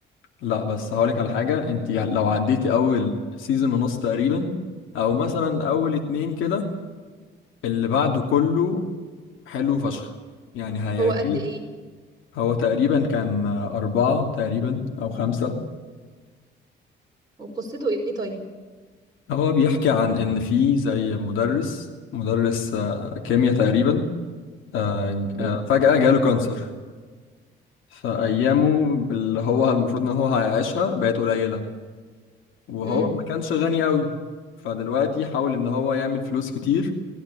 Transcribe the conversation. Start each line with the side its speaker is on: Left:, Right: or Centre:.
Left: لا بس هقولك على حاجة أنت يعني لو عديتي أول سيزون ونص تقريبا أو مثلا أول اتنين كده اللي بعده كله حلو فشخ يعني هيعجبك
Right: هو قد ايه
Left: هو تقريبا كان أربعة تقريبا أو خمسة
Right: وقصته ايه طيب
Left: هو بيحكي عن إن في زي مدرس مدرس آه، كيمياء تقريبا آه،
Right: امم
Left: آه، فجأة جاله كانسر فأيامه اللي هو المفروض إن هو هيعيشها بقت قليلة وهو
Right: أمم.
Left: ما كانش غني أوي فدلوقتي حاول إن هو يعمل فلوس كتير